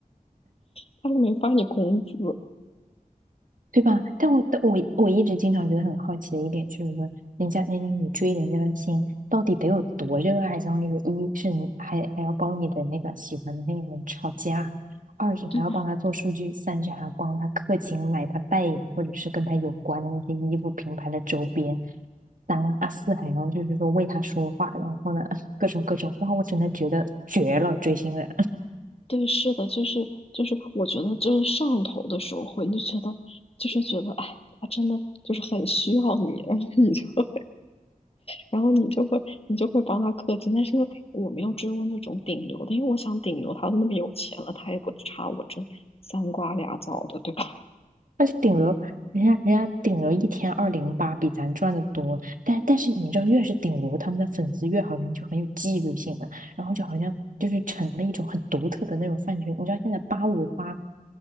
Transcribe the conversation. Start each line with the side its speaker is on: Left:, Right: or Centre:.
Left: 他都没发你工资。
Right: 对吧？但我但我我一直经常觉得很好奇的一点就是说，人家人家你追人家的心到底得有多热爱？相当于说，一是你还还要帮你的那个喜欢的那个人吵架，二是还要帮他做数据，
Left: 对呀。
Right: 三是还要帮他氪金买他代言或者是跟他有关的那些衣服品牌的周边，三啊啊四还要就是说为他说话，然后呢 <laughs> 各种各种，哇，我真的觉得绝了，追星人。
Left: 对，是的，就是就是，我觉得就是上头的时候会，你就觉得就是觉得，哎，他真的就是很需要你，然后你就会，然后你就会，你就会帮他氪金。但是因为我没有追过那种顶流的，因为我想顶流他都那么有钱了，他也不差我这三瓜俩枣的，对吧？
Right: 而且顶流，人家人家顶流一天二零八，比咱赚的多。但但是你知道，越是顶流，他们的粉丝越好像就很有纪律性了，然后就好像就是成了一种很独特的那种饭圈。你知道现在八五花，